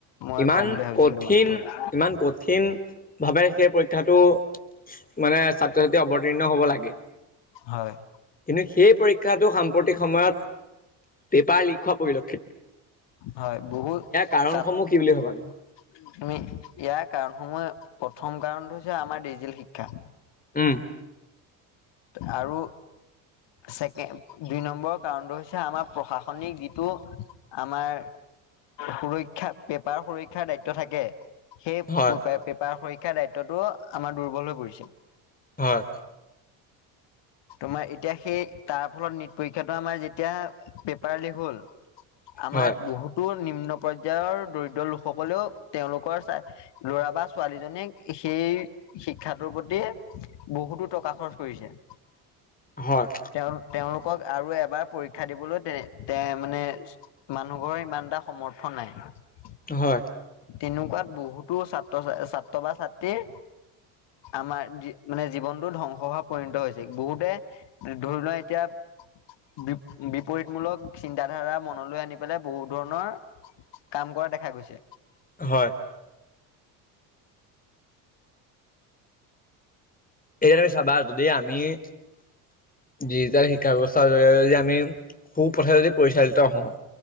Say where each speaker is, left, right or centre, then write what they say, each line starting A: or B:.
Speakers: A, on the left (about 60°); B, on the left (about 20°).
A: মই
B: ইমান
A: ক'ম বুলি ভাবিছিলো
B: কঠিন,
A: তোমাক সেইটো কথা
B: ইমান কঠিনভাৱে সেই পৰীক্ষাটো মানে ছাত্ৰ-ছাত্ৰী অৱতীৰ্ণ হ'ব লাগে।
A: হয়।
B: কিন্তু সেই পৰীক্ষাটো সাম্প্ৰতিক সময়ত পেপাৰ লিক হোৱা পৰিল
A: হয়, বহুত
B: কাৰণসমূহ
A: চাপ উম,
B: কি বুলি ভাবা তুমি
A: য়াৰ কাৰণসমূহে প্ৰথম কাৰণটো হৈছে আমাৰ ডিজিটেল শিক্ষা।
B: উম।
A: আৰু। ছেকে দুই নম্বৰৰ কাৰণটো হৈছে আমাৰ প্ৰশাসনিক যিটো আমাৰ সুৰক্ষা, পেপাৰ সুৰক্ষাৰ দায়িত্ব থাকে। সেই
B: হয়
A: পেপাৰ সৰীক্ষাৰ দায়িত্বটো আমাৰ দুৰ্বল হৈ পৰিছে।
B: হয়।
A: তোমাৰ এতিয়া সেই, তাৰ ফলত নীট পৰীক্ষাটো আমাৰ যেতিয়া পেপাৰ লিক হ'ল। আমাৰ
B: হয়
A: বহুতো নিম্ন পৰ্যায়ৰ দৰি লোকসকলেও তেওঁলোকৰ চাই। ল'ৰা বা ছোৱালীজনীক সেই শিক্ষাটোৰ প্ৰতি বহুতো টকা খৰচ কৰিছে।
B: হয়
A: তেওঁ তেওঁলোক। লোকক আৰু এবাৰ পৰীক্ষা দিবলৈ দে। দে মানে মানুহ ঘৰৰ ইমানটা সমৰ্থন নাই।
B: হয়।
A: তেনেকুৱাত বহুতো ছাত্ৰ, ছাত্ৰ বা ছাত্ৰীৰ আমাৰ। মানে জীৱনতো ধ্বংস হোৱা পৰিণত হৈছে। বহুতে। ধৰি লোৱা এতিয়া বি বিপৰীতমূলক চিন্তাধাৰা মনলৈ আনি পেলাই বহুত ধৰণৰ কাম কৰা দেখা গৈছে।
B: হয়। এইদৰে চাবা যদি আমি গীৰ্জাত শিকা বছৰ দৰে যদি আমি সু-পথে যদি পৰিচালিত হওঁ।